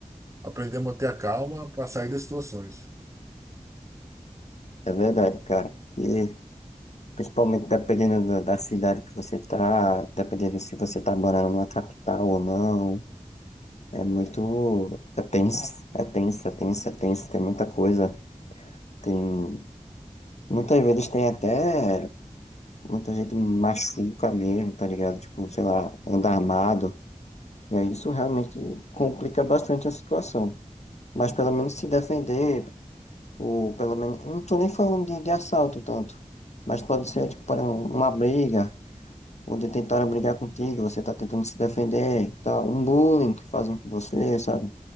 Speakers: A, on the right; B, on the left.
A: aprender a manter a calma para sair das situações.
B: É verdade, cara. E principalmente dependendo da, da cidade que você tá, dependendo se você tá morando numa capital ou não, é muito. É tenso, é tenso, é tenso, é tenso, tem muita coisa. Tem. Muitas vezes tem até. Muita gente machuca mesmo, tá ligado? Tipo, sei lá, anda armado. E aí isso realmente complica bastante a situação. Mas pelo menos se defender ou pelo menos, eu não tô nem falando de, de assalto tanto, mas pode ser, tipo, para um- uma briga, onde tentaram brigar contigo, você tá tentando se defender, tá? Um bullying que fazem com você, sabe?